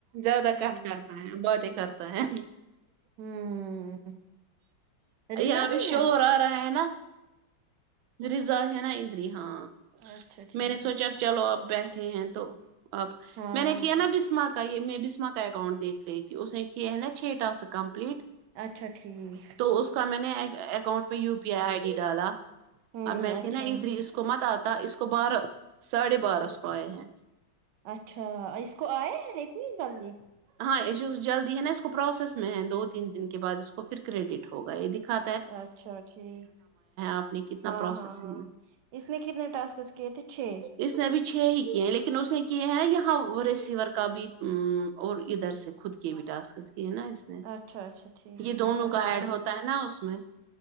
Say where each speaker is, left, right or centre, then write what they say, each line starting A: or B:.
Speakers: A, on the right; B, on the right.
A: زیادہ کٹ
B: ہوں
A: کرتا ہے باتیں کرتا ہے
B: ہوں رضا
A: یہاں
B: بھی
A: پہ
B: ہے
A: شور آ رہا ہے نا ریزرو ہے نا ادھر ہی ہاں
B: اچھا ٹھیک
A: میں نے سوچا اب چلو آپ بیٹھے ہیں تو اب
B: ہاں
A: میں نے کیا نا بسما کا یہ میں بسما کا اکاؤنٹ دیکھ رہی تھی اس نے کیا ہے نا چھ ٹاسک کمپلیٹ
B: اچھا ٹھیک
A: تو اس کا میں نے اکاؤنٹ پہ U P I I D ڈالا
B: ہوں
A: اب میں
B: اچھا
A: تھی نا ادھر اس کو مت آتا اس کو بارہ ساڑھے بارہ سو آئے ہیں
B: اچھا اس کو آئے ہیں اتنی جلدی
A: ہاں یہ جو جلدی ہے نا اس کو پروسیس میں ہے دو تین دن کے بعد اس کو پھر کریڈٹ ہوگا یہ دکھا
B: اچھا ٹھیک
A: آپ نے کتنا
B: ہاں
A: پروسیسنگ
B: ہاں ہاں
A: میں
B: اس نے کتنے ٹاسکس کیے تھے چھ
A: اس نے ابھی چھ ہی کیے ہیں لیکن اس نے کی ہیں یہاں ریسیور کا بھی ا اور ادھر سے خود کے بھی ٹاسکس کی ہیں نا اس نے
B: اچھا اچھا ٹھیک
A: یہ
B: ٹھیک
A: دونوں
B: مجھے
A: کا ایڈ ہوتا ہے نا اس میں